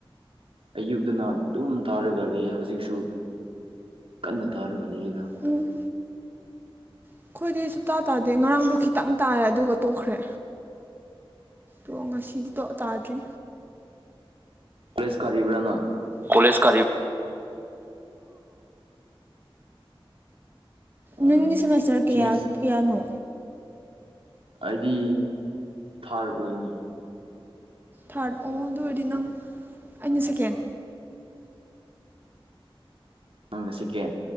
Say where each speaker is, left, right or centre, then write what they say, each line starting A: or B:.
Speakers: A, on the right; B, on the right.
A: ꯑꯌꯨꯛꯇꯅ ꯅꯜ ꯇꯨꯝ ꯇꯥꯔꯒꯂꯤ ꯍꯧꯖꯤꯛꯁꯨ ꯀꯟꯅ ꯇꯥꯔꯒꯥꯟꯂ ꯑꯩꯗ
B: ꯎꯝ ꯑꯩꯈꯣꯏꯗꯤ ꯁꯨꯇꯥ ꯇꯥꯗꯦ ꯉꯔꯥꯡꯗꯣ ꯈꯤꯇꯪ ꯇꯥꯏ ꯑꯗꯨꯒ ꯇꯣꯛꯈ꯭ꯔꯦ ꯑꯗꯣ ꯉꯁꯤꯗꯤ ꯇꯥꯗ꯭ꯥꯔꯤ
A: ꯄ꯭ꯔꯦꯁ ꯀꯔꯤꯕ꯭ꯔꯥꯅ
B: ꯀꯣꯂꯦꯖ ꯀꯔꯤ
A: ꯑꯣ
B: ꯅꯪꯒꯤ ꯁꯦꯃꯦꯁꯇꯔ ꯀꯌꯥ
A: ꯁꯤꯃꯤꯁ
B: ꯀꯌꯥꯅꯣ
A: ꯑꯩꯗꯤ ꯊꯥꯔ ꯑꯣꯏꯅꯤ
B: ꯊꯥꯔꯠ ꯑꯣ ꯑꯗꯨ ꯑꯣꯏꯔꯗꯤ ꯅꯪ ꯑꯩꯅ ꯁꯦꯀꯦꯟ
A: ꯅꯪꯅ ꯁꯦꯀꯦꯟ